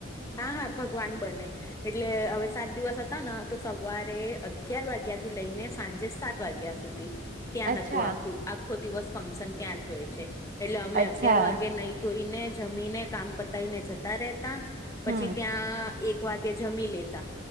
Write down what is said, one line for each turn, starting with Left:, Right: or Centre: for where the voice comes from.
Left: હા, હા. ભગવાન બને. એટલે હવે સાત દિવસ હતા ને, તો સવારે અગિયાર વાગ્યા થી લઈને સાંજે સાત વાગ્યા સુધી. ત્યાં
Right: અચ્છા
Left: હતું આખું આખો દિવસ ફંક્શન ત્યાં જ હોય છે, એટલે અમે
Right: અચ્છા
Left: અગયાર વાગે નહીં. ધોઈને, જમીને, કામ પતાઈ ને જતા રહેતા. પછી
Right: હમ
Left: ત્યાં એક વાગ્યે જમી લેતા.